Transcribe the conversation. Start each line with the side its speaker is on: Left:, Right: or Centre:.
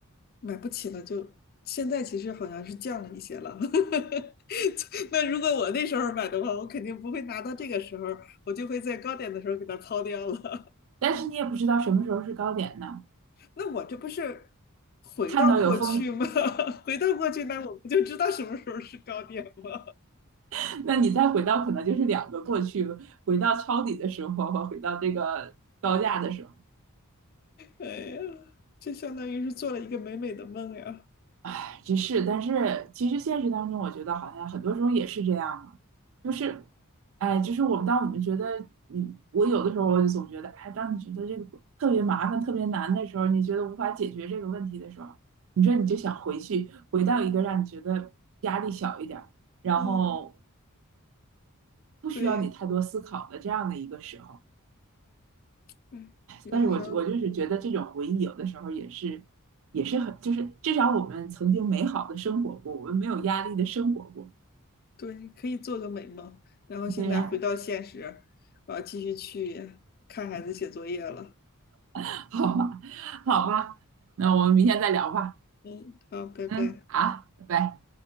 Left: 买不起了就，现在其实好像是降了一些了。<laughs> 那如果我那时候买的话，我肯定不会拿到这个时候，我就会在高点的时候给它抛掉了。
Right: 但是你也不知道什么时候是高点呢。
Left: <laughs> 那我这不是回到过去吗？
Right: 看到有风
Left: <laughs> 回到过去，那我不就知道什么时候是高点吗？
Right: <laughs> 那你再回到可能就是两个过去，回到抄底的时候和回到这个高价的时候，
Left: 哎呀，这相当于是做了一个美美的梦呀。
Right: 哎，这是。但是其实现实当中，我觉得好像很多时候也是这样嘛，就是，哎，就是我们当我们觉得，嗯，我有的时候我就总觉得，哎，当你觉得这个特别麻烦、特别难的时候，你觉得无法解决这个问题的时候，你说你就想回去，回到一个让你觉得压力小一点儿，然后
Left: 嗯，
Right: 不需要你太多思考的这样的一个时候。
Left: 对，对，有的时候
Right: 但是我我就是觉得这种回忆有的时候也是也是很，就是至少我们曾经美好的生活过，我们没有压力的生活过。
Left: 对，可以做个美梦，然后现在回到现实，
Right: 对呀，
Left: 我要继续去看孩子写作业了。
Right: <laughs> 好吧，好吧，那我们明天再聊吧。
Left: 嗯，好，拜拜。
Right: 嗯，好，拜拜。